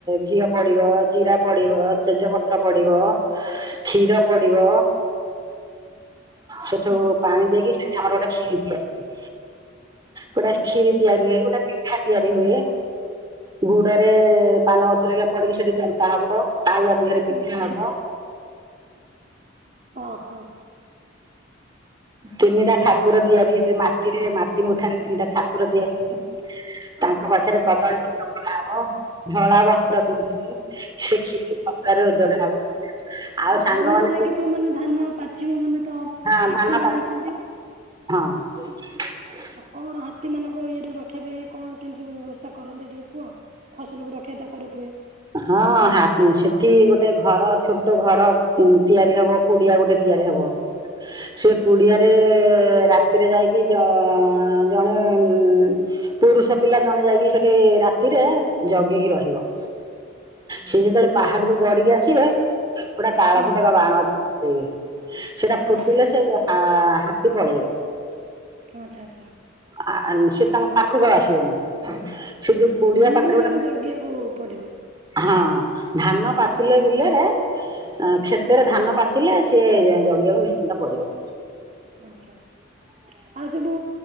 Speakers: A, on the right; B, on the right.
A: ଘିଅ ପଡ଼ିବ ଜିରା ପଡି଼ବ ତେଜପତ୍ର ପଡି଼ବ କ୍ଷୀର ପଡ଼ିବ ସେଠୁ
B: ହଁ
A: ପାଣି ଦେଇକି ସେଠି ଆମର ଗୋଟେ କ୍ଷୀରି ତିଆରି ହୁଏ। ଗୋଟାଏ କ୍ଷୀରି ତିଆରି ହୁଏ ଗୋଟାଏ ପିଠା ତିଆରି ହୁଏ। ଗୁଡ଼ରେ ପାନ ଅଧୁରିକା ପଡିକି ସେଠି ଜନ୍ତା ହବ ତାଉଆ ଦିହେରେ ପିଠା
B: ଆଚ୍ଛା।
A: ହବ।
B: ଓହୋ।
A: ତିନିଟା ଠାକୁର ତିଆରି ହେଲେ ମାଟିରେ ମାଟି ମୁଠାରେ ତିନିଟା ଠାକୁର ତିଆରି ହେଲେ। ତାଙ୍କ ପାଖରେ କଦଳୀପତ୍ର ମରା ହବ ଧଳା ବସ୍ତ୍ର ପିନ୍ଧିକି ସେ କ୍ଷୀରି ପତ୍ରରେ ଓଜଡ଼ା ହବ।
B: ଆଉ ଧାନ
A: ସାଙ୍ଗମାନେ
B: ଲାଗିଥିବ
A: ଯିଏ
B: ମାନେ ଧାନ ପାଚିବ ମାନେ ତ
A: ହଁ
B: ହାତୀ
A: ଧାନ
B: ମାନେ
A: ପାଚି
B: ଆସନ୍ତି।
A: ହଁ। <inaudible>
B: ଆଉ କଣ ହାତୀ ମାନଙ୍କ ଇଏରୁ ରଖିବା ପାଇଁ କଣ କେମତି ସବୁ ବ୍ୟବସ୍ଥା କରନ୍ତି ଟିକେ କୁହ? ଫସଲକୁୁ ରକ୍ଷିତ କରୁଥିବେ।
A: ହଁ ସେଠି ଗୋଟେ ଘର ଛୋଟ ଘର ଉଁ ତିଆରି ହବ କୁଡ଼ିଆ ଗୋଟେ ତିଆରି ହବ। ସେ କୁଡି଼ଆରେ ରାତିରେ ଯାଇକି ଜ- ଜଣେ ଉଁ ପୁରୁଷ ପିଲା ଜଣେ ଯାଇକି ସେଠି ରାତିରେ ଜଗିକି ରହିବ। ସିଏ ଯେତେବେଳେ ପାହାଡରୁ ଗଡିକି ଆସିବେ ପୁରା ତାଳ
B: ହଁ
A: ଫୋଟକା ବାଣ ଅଛି। ସେଟା ଫୁଟିଲେ
B: ଆଚ୍ଛା ଆଚ୍ଛା
A: ସେ ହାତୀ ପଳେଇବ।
B: ଆଚ୍ଛା ଆଚ୍ଛା।
A: ଆ -ସେ ତାଙ୍କ ପାଖକୁ ଆଉ ଆସିବନି। ସେ ଯୋଉ କୁଡିଆ
B: ଯେମିତି
A: ପାଖରେ
B: ହେଲେ
A: ଗୋଟେ
B: ଜଣେ ଜଗିବାକୁ ପଡି଼ବ।
A: ହଁ ଧାନ ପାଚିଲେ ବିଲରେ ଉଁ କ୍ଷେତରେ ଧାନ। ଧାନ ପାଚିଲେ ସିଏ ଜଗିବାକୁ ନିଶ୍ଚିନ୍ତ ପଡି଼ବ।
B: ଆଛା ଆଉ ସବୁ